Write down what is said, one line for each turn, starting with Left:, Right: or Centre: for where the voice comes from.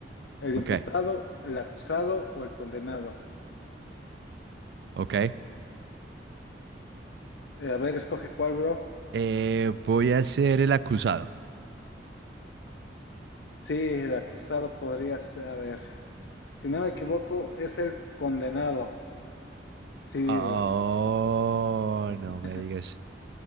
Left: ¿El
Right: Ok,
Left: imputado, el acusado o el condenado?
Right: ok.
Left: Eh, a ver, escoge cuál, bro.
Right: Eh, voy a ser el acusado.
Left: Sí, el acusado podría ser, a ver, si no me equivoco, es el condenado. Sí,
Right: Oh,
Left: bro.
Right: no
Left: <laughs>
Right: me digas.